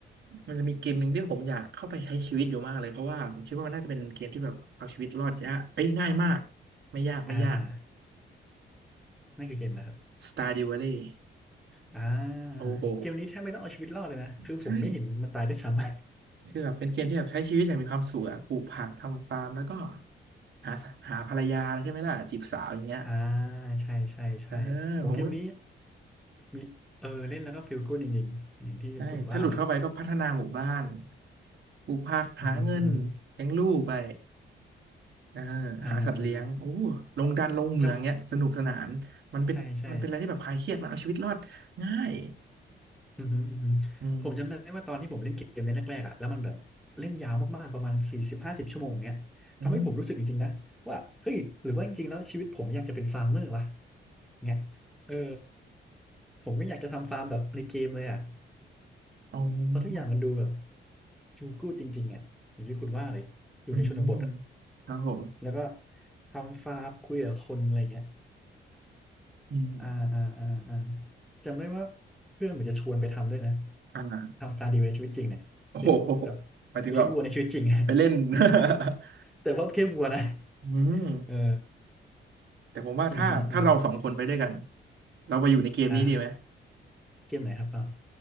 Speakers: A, on the right; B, in the centre.
A: มันจะมีเกมหนึ่งที่ผมอยากเข้าไปใช้ชีวิตอยู่มากเลยเพราะว่าผมคิดว่ามันน่าจะเป็นเกมที่แบบเอาชีวิตรอดยากเอ้ยง่ายมาก ไม่ยากไม่ยาก
B: อ่าอ่านั่นคือเกมอะไรครับ
A: Stardew Valley
B: อ่า
A: โอ้โห
B: เกมนี้แทบไม่ต้องเอาชีวิตรอดเลยนะคือผมไม่เห็นมันตายด้วยซ้ำ
A: ใช่คือแบบเป็นเกมที่แบบใช้ชีวิตอย่างมีความสุขอะปลูกผักทำฟาร์มแล้วก็หาหาภรรยาใช่ไหมล่ะจีบสาวอย่างเงี้ย
B: <laughs> อ่าใช่ใช่ใช่โหเกมนี้
A: เออผมก็
B: มีเออเล่นแล้วก็ฟีลกู๊ดจริงๆอย่างที่คุณว่าเลย
A: ใช่ถ้าหลุดเข้าไปก็พัฒนาหมู่บ้านปลูกผักหาเงินเลี้ยงลูกไป
B: อือหืออือหือ
A: เออ
B: อ่าอ่า
A: หาสัตว์เลี้ยงโอ้ลงดันลงเหมืองเนี้ยสนุกสนานมันเป็นมันเป็นอะไรที่แบบคลายเครียดมันเอาชีวิตรอดง่าย
B: <laughs> จำใช่ใช่ อือหืออือหือผมจำได้ว่าตอนที่ผมเล่นเกมเล่นแรกๆอ่ะแล้วมันแบบเล่นยาวมากๆประมาณสี่สิบห้าสิบชั่วโมงเงี้ยทำให้ผมรู้สึกจริงๆนะว่าเฮ้ยหรือว่าจริงๆแล้วชีวิตผมอยากจะเป็นฟาร์มเมอร์วะ
A: อืมอืม
B: เนี่ยเออผมไม่อยากจะทำฟาร์มแบบในเกมเลยอ่ะ
A: อ๋อ
B: เพราะทุกอย่างมันดูแบบจูกูดจริงๆอ่ะอย่างที่คุณว่าเลยอยู่ในชนบทอ่ะ
A: อืมครับผม
B: แล้วก็ทำฟาร์มคุยกับคนอะไรเงี้ย
A: อืม
B: อ่าอ่าอ่าอ่าจำได้ว่าเพื่อนเหมือนจะชวนไปทำด้วยนะ
A: อ่า
B: ทำสตาร์ดิวในชีวิตจริงเนี่ยเป็นแบบ
A: โอ้โหหมายถึงแบบ
B: เลี้ยงวัวในชีวิตจริงอะ
A: ไปเล่น <laughs>
B: <laughs> แต่ว่าแค่วัวนะ
A: อืม
B: เออ
A: แต่ผมว่าถ้าถ้าเราสองคนไปด้วยกัน
B: อืมอืมอืม
A: เราไปอยู่ในเกมนี้ดีไหม
B: อ่าเกมไหนครับเปล่า